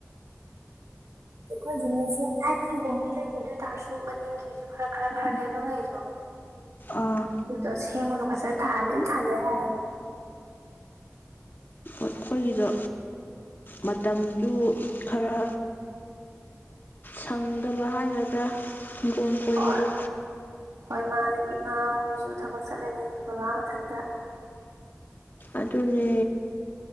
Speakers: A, on the right; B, on the left.
A: ꯑꯩꯈꯣꯏ ꯃ ꯃꯤꯁꯦ ꯍꯥꯏꯗꯤ ꯁꯪꯒꯣꯝꯅꯤ ꯂꯩꯇꯦ ꯑꯗꯨ ꯑꯣꯏ ꯇꯔꯁꯨ ꯃꯅꯤꯡꯒꯤꯁꯨ ꯈꯔ ꯈꯔ ꯈꯔ ꯂꯩꯕ ꯉꯩꯗꯣ
B: ꯑꯥ
A: ꯇꯁꯦ ꯑꯃ ꯐꯁ ꯊꯥꯗꯤꯅ ꯊꯥꯟꯗ ꯌꯥꯔ
B: ꯑꯩꯈꯣꯏꯒꯤꯗꯣ ꯃꯇꯝꯗꯨ ꯈꯔ ꯁꯪꯗꯕ ꯍꯥꯏꯒꯗ꯭ꯔꯥ ꯒꯣꯝ ꯀꯣꯏꯕꯗ
A: ꯍꯣꯏ ꯍꯣꯏ ꯃꯥꯅ ꯏꯃꯥ ꯍꯣꯏꯁꯨ ꯊꯕꯛ ꯆꯠꯂꯅꯤ ꯭ꯔꯒꯥꯥ ꯃꯊꯟꯇ
B: ꯑꯗꯨꯅꯦ